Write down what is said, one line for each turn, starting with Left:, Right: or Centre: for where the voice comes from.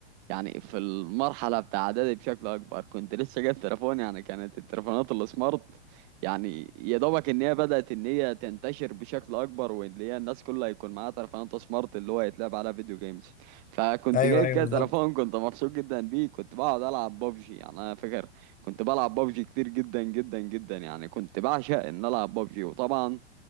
Right: يعني في المرحلة بتاع إعدادي بشكل أكبر كنت لسه جايب تليفون يعني كانت التليفونات السمارت يعني يا دوبك إن هي بدأت إن هي تنتشر بشكل أكبر واللي هي الناس كلها يكون معاها تليفونات سمارت اللي هو يتلعب على فيديو جيمز فكنت
Left: ايوه
Right: جايب
Left: ايوه
Right: كده
Left: بالظبط
Right: تليفون كنت مبسوط جدا بيه كنت بقعد ألعب ببجي يعني أنا فاكر كنت بلعب ببجي كتير جدا جدا جدا يعني كنت بعشق إن ألعب ببجي وطبعا